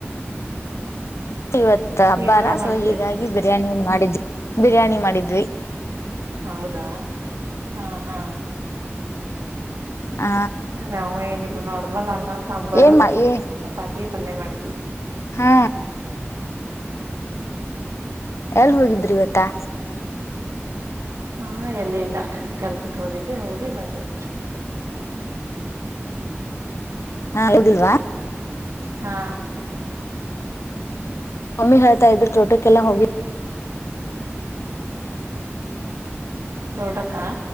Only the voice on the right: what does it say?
ಏನ್ ಊಟ ಮಾಡಿದ್ರಿ
ಹೌದಾ ಹಾ ಹಾ
ನಾವು ಏನಿಲ್ಲ ನಾರ್ಮಲ್ ಅನ್ನ ಸಾಂಬಾರು
ಚಪಾತಿ ಪಲ್ಯ ಮಾಡಿದ್ವಿ
ಹಾ ಎಲ್ಲಿಲ್ಲ ಕೆಲ್ಸಕ್ ಹೋಗಿದ್ದೆ ಹೋಗಿ ಬಂದೆ
ಹಾ
ತೋಟಕ